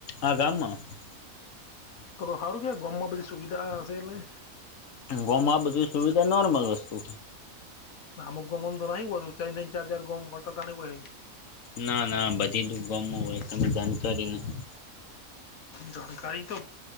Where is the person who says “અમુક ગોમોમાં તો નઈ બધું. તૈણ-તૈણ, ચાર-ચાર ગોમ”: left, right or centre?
Left